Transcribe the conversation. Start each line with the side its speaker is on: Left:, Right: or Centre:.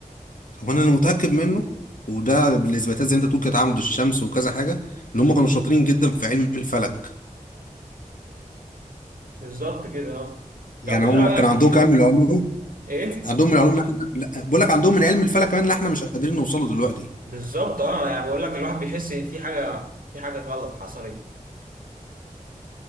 Left: هو انا اللي متاكد منه وده بالاثباتات زي انت تقول كده تعامد الشمس وكذا حاجه ان هم كانوا شاطرين جدا في علم الفلك
Right: بالظبط كده اه
Left: يعني
Right: طب ايه
Left: هم
Right: رأيك
Left: كان عندهم
Right: في-
Left: كمان من العلوم
Right: ايه
Left: عندهم من العلوم اللي احنا لا، بقول لك عندهم من علم الفلك كمان اللي احنا مش قادرين نوصله دلوقتي
Right: بالظبط اه يعني بقول لك الواحد بيحس ان في حاجة في حاجة غلط حصلت